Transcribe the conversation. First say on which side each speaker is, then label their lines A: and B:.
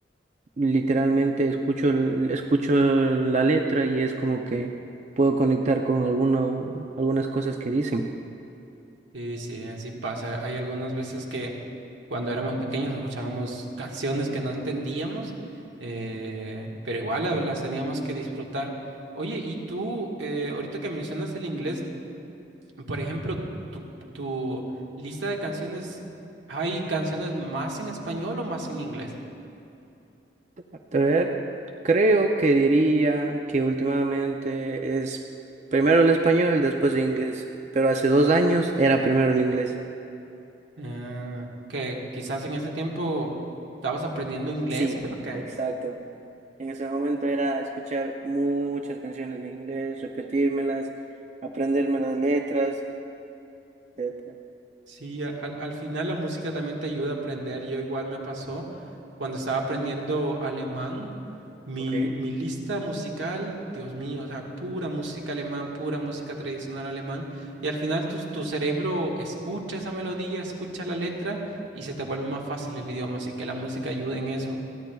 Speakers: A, on the right; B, on the right.
A: literalmente escucho, el- escucho la letra y es como que puedo conectar con alguno, algunas cosas que dicen.
B: Sí, sí, así pasa. Hay algunas veces que cuando éramos pequeños escuchábamos <laughs> canciones que no entendíamos, eh, pero igual la- las teníamos que disfrutar. Oye, y tú, eh, ahorita que mencionas el inglés, por ejemplo, tu, tu lista de canciones, ¿hay canciones más en español o más en inglés?
A: A ver, creo que diría que últimamente es primero el español, después el inglés, pero hace dos años era primero el inglés.
B: Ah, que quizás en ese tiempo estabas aprendiendo inglés
A: Sí,
B: o por qué.
A: exacto. En ese momento era escuchar muchas canciones en inglés, repetírmelas, aprenderme las letras, etcétera.
B: Sí, a- al, al final la música también te ayuda a aprender. Yo igual me pasó cuando estaba aprendiendo alemán, mi,
A: Ok,
B: mi lista musical, Dios mío, o sea, pura música alemán, pura música tradicional alemán. Y al final tu, tu cerebro escucha esa melodía, escucha la letra y se te vuelve más fácil el idioma. Así que la música ayuda en eso.